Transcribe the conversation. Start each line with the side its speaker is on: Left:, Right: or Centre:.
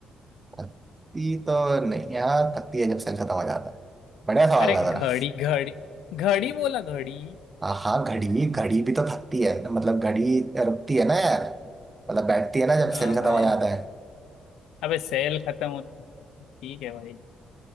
Right: थकती तो नहीं है हाँ थकती है जब सेल खत्म हो जाता है बढ़िया सवाल
Left: अरे
Right: था
Left: घड़ी
Right: जरा
Left: घड़ी घड़ी बोला घड़ी
Right: हाँ हाँ घड़ी घड़ी भी तो थकती है मतलब घड़ी रुकती है ना यार मतलब बैठती है ना जब
Left: हाँ
Right: सेल खत्म
Left: भाई
Right: हो जाता है
Left: अबे सेल खत्म होती ठीक है भाई